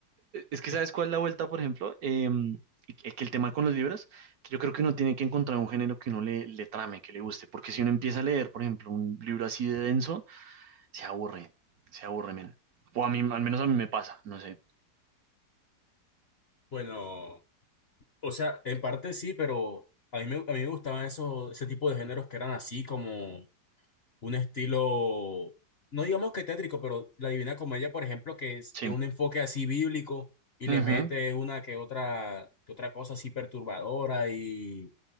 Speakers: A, on the right; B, on the left.
A: es que
B: es,
A: sabes cuál es la vuelta, por ejemplo, Em, que que el tema con los libros, que yo creo que uno tiene que encontrar un género que uno le, le trame, que le guste, porque si uno empieza a leer, por ejemplo, un libro así de denso, se aburre, se aburre, men. O a mí, al menos a mí me pasa, no sé.
B: bueno, o sea, en parte sí, pero a mí me, a mí me gustaban esos, ese tipo de géneros que eran así como un estilo, no digamos que tétrico, pero la Divina Comedia, por ejemplo, que es-
A: Sí.
B: tiene un enfoque así bíblico y
A: Ujú.
B: le mete una que otra, que otra cosa así perturbadora y